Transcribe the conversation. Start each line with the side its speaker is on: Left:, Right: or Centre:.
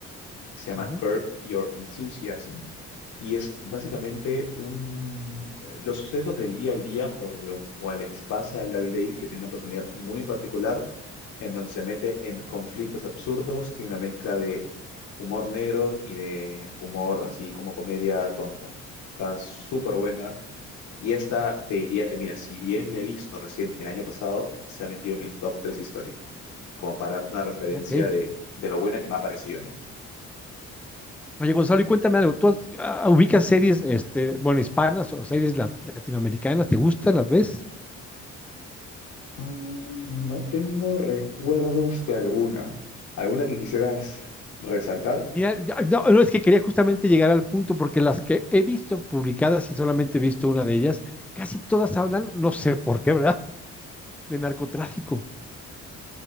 Left: que se llama
Centre: Ujú,
Left: Curb Your Enthusiasm Y es básicamente un, los sucesos del día al día por los cuales pasa Larry David, que tiene una personalidad muy particular, en donde se mete en conflictos absurdos, tiene una mezcla de humor negro y de humor así como comedia tonta. Está súper buena. Y esta te diría que, mira, si bien la he visto recién el año pasado, se ha metido en mis top 3 históricos, como para darte una referencia
Centre: Ok.
Left: de, de lo buena que me ha parecido a mí.
Centre: Oye, Gonzalo, y cuéntame algo. ¿Tú has- ah, ubicas series, este, bueno, hispanas o series la- latinoamericanas? ¿Te gustan? ¿Las ves?
Left: Mm, No tengo recuerdos de alguna. ¿Alguna que quisieras resaltar?
Centre: Mira, ya- no, no, es que quería justamente llegar al punto, porque las que he visto publicadas y solamente he visto una de ellas, casi todas hablan, no sé por qué, ¿verdad?, de narcotráfico.